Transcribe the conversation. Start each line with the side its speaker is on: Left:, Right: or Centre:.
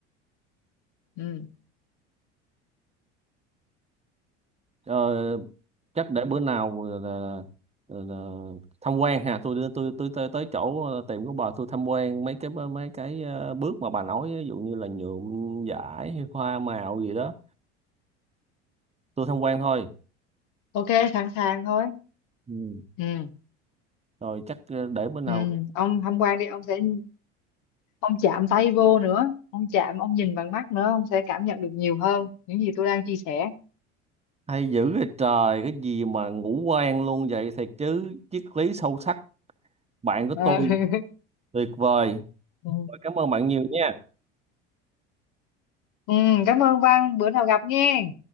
Left: ừ.
Right: Ờ, chắc để bữa nào là, là, là tham quan ha tôi tôi tôi tới, tới chỗ ờ, tiệm của bà tôi tham quan mấy cái mấy cái ờ, bước mà bà nói ví dụ như là nhuộm vải hay hoa màu gì đó tôi tham quan thôi
Left: ok sẵn sàng thôi
Right: ừ.
Left: ừ.
Right: rồi chắc ờ, để bữa nào
Left: Ừ. ông tham quan đi ông sẽ ông chạm tay vô nữa ông chạm ông nhìn bằng mắt nữa ông sẽ cảm nhận được nhiều hơn những gì tôi đang chia sẻ
Right: hay dữ vậy trời cái gì mà ngủ quen luôn vậy thiệt chứ triết lý sâu sắc bạn của
Left: Ờ.
Right: tôi
Left: <laughs>
Right: tuyệt vời
Left: ừ.
Right: rồi, cảm ơn bạn nhiều nha
Left: Ừ, cảm ơn Văn bữa nào gặp nghe